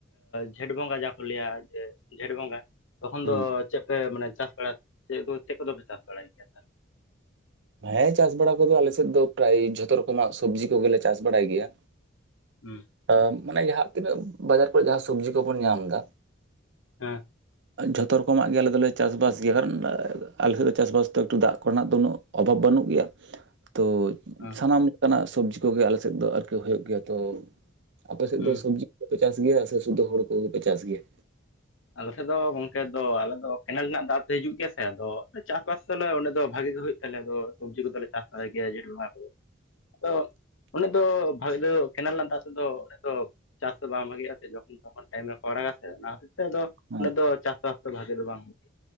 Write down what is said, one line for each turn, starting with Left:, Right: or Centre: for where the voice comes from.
Left: ᱡᱷᱮᱸᱴ ᱵᱚᱸᱜᱟ ᱡᱟ ᱠᱚ ᱞᱟᱹᱭᱟ ᱡᱮ ᱡᱷᱮᱸᱴ ᱵᱚᱸᱜᱟ ᱛᱚᱠᱷᱚᱱ
Right: ᱦᱩᱸ
Left: ᱫᱚ ᱪᱮᱫ ᱯᱮ ᱢᱟᱱᱮ ᱪᱟᱥ ᱵᱟᱲ ᱪᱮᱫ ᱪᱮᱫ ᱠᱚᱫᱚᱯᱮ ᱪᱟᱥ ᱵᱟᱲᱟᱭ ᱜᱮᱭᱟ ᱛᱟᱦᱞᱮ
Right: ᱦᱮᱸ ᱪᱟᱥ ᱵᱟᱲᱟ ᱠᱚᱫᱚ ᱟᱞᱮᱥᱮᱫ ᱫᱚ ᱯᱨᱟᱭ ᱡᱷᱚᱛᱚ ᱨᱚᱠᱚᱢᱟᱜ ᱥᱚᱵᱽᱡᱤ ᱠᱚᱜᱮᱞᱮ ᱪᱟᱥ ᱵᱟᱲᱟᱭ ᱜᱮᱭᱟ
Left: ᱦᱩᱸ
Right: ᱦᱮ ᱢᱟᱱᱮ ᱡᱟᱦᱟᱸ ᱛᱤᱱᱟᱹᱜ ᱵᱟᱡᱟᱨ ᱠᱚᱨᱮ ᱡᱟᱦᱟᱸ ᱥᱚᱵᱡᱤ ᱠᱚᱵᱚᱱ ᱧᱟᱢ ᱮᱫᱟ
Left: ᱦᱮᱸ
Right: ᱡᱷᱚᱛᱚ ᱨᱚᱠᱚᱢᱟᱜ ᱜᱮ ᱟᱞᱮ ᱫᱚᱞᱮ ᱪᱟᱥᱵᱟᱥ ᱜᱮᱭᱟ ᱠᱟᱨᱚᱱ ᱟᱞᱮᱥᱮᱫ ᱫᱚ ᱪᱟᱥᱵᱟᱥ ᱫᱚ ᱮᱠᱴᱩ ᱫᱟᱜ ᱠᱚᱨᱮᱱᱟᱜ ᱫᱚ ᱩᱱᱟᱹᱜ ᱚᱵᱷᱟᱵᱽ ᱵᱟᱹᱱᱩᱜ ᱜᱮᱭᱟ ᱛᱚ
Left: ᱦᱮᱸ
Right: ᱥᱟᱱᱟᱢ ᱞᱮᱠᱟᱱᱟᱜ ᱥᱚᱵᱡᱤ ᱠᱚᱜᱮ ᱟᱞᱮ ᱥᱮᱫ ᱫᱚ ᱟᱨᱠᱤ ᱦᱩᱭᱩᱜ ᱜᱮᱭᱟ ᱛᱚ ᱟᱯᱮ ᱥᱮᱫ
Left: ᱦᱩᱸ
Right: ᱫᱚ ᱥᱚᱵᱽᱡᱤ ᱠᱚᱯᱮ ᱪᱟᱥ ᱜᱮᱭᱟ ᱥᱮ ᱥᱩᱫᱩ ᱦᱳᱲᱳ ᱠᱚᱜᱮᱯᱮ ᱪᱟᱥ ᱜᱮᱭᱟ
Left: ᱟᱞᱮ ᱥᱮᱫ ᱫᱚ ᱜᱚᱝᱠᱮ ᱫᱚ ᱟᱞᱮ ᱫᱚ ᱠᱮᱱᱮᱞ ᱨᱮᱱᱟᱜ ᱫᱟᱜ ᱛᱮ ᱦᱤᱡᱩᱜ ᱜᱮᱭᱟ ᱥᱮ ᱟᱫᱚ ᱪᱟᱥᱵᱟᱥ ᱫᱚᱞᱮ ᱚᱸᱰᱮ ᱫᱚ ᱵᱷᱟᱜᱮ ᱜᱮ ᱦᱩᱭᱩᱜᱼᱟ ᱛᱟᱦᱮᱞᱮ ᱟᱫᱚ ᱥᱚᱵᱡᱤ ᱠᱚᱫᱚᱞᱮ ᱪᱟᱥ ᱵᱟᱲᱟᱭ ᱜᱮᱭᱟ ᱡᱮ ᱱᱚᱳᱭᱟ ᱠᱚᱫᱚ ᱟᱫᱚᱢ ᱚᱱᱟ. ᱜ ᱫᱚ ᱵᱷᱟᱜᱤ ᱫᱚ ᱠᱮᱱᱮᱞ ᱨᱮᱱᱟᱜ ᱫᱟᱜ ᱛᱮᱫᱚ ᱟᱞᱮ ᱫᱚ ᱪᱟᱥ ᱫᱚ ᱵᱟᱝ ᱵᱷᱟᱜᱤᱜᱼᱟ ᱥᱮ ᱡᱚᱠᱷᱚᱱ ᱛᱚᱠᱷᱚᱱ ᱴᱟᱭᱤᱢ ᱨᱮᱠᱚ ᱟᱲᱟᱜᱟᱥᱮ ᱚᱱᱟ ᱠᱷᱟᱹᱛᱤᱨ ᱛᱮ ᱟᱫᱚ
Right: ᱦᱮᱸ
Left: ᱩᱱᱟᱹᱜ ᱫᱚ ᱪᱟᱥᱼᱵᱟᱥ ᱫᱚ ᱵᱷᱟᱜᱮ ᱫᱚ ᱵᱟᱝ ᱦᱩᱭᱩᱜᱼᱟ᱾